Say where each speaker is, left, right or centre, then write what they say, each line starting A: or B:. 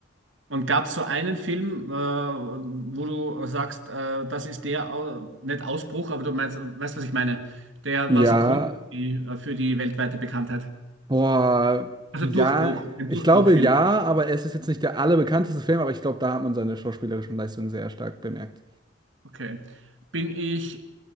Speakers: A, on the right (about 85°); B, on the right (about 25°).
A: Und gab es so einen Film, äh, wo du sagst, äh, das ist der, Au- nicht Ausbruch, aber du meinst, weißt, was ich meine? Der
B: Ja,
A: war so Grund für die, äh, für die weltweite Bekanntheit.
B: boah,
A: Also
B: ja,
A: Durchbruch, ein Durchbruchfilm.
B: ich glaube ja, aber es ist jetzt nicht der allerbekannteste Film, aber ich glaube, da hat man seine schauspielerischen Leistungen sehr stark bemerkt.
A: Okay. Bin ich